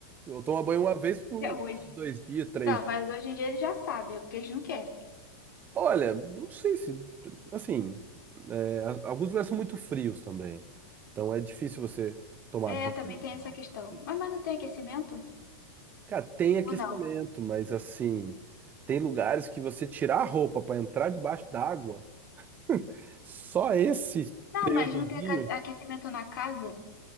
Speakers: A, on the right; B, on the left.
A: Eu tomo banho uma vez por
B: Até hoje.
A: dois dias, três
B: Não, mas hoje em dia eles já sabem, é porque eles não querem.
A: Olha, não sei se. Assim, é, a- alguns lugares são muito frios também. Então é difícil você tomar
B: É,
A: banho
B: também tem
A: e tal.
B: essa questão.
A: assim.
B: Mas, mas não tem aquecimento?
A: Cara, tem aquecimento,
B: Ou não?
A: mas assim, tem lugares que você tirar a roupa para entrar debaixo d'água. <laughs> Só esse
B: Não,
A: períodozinho
B: mas não tem aca- aquecimento na casa?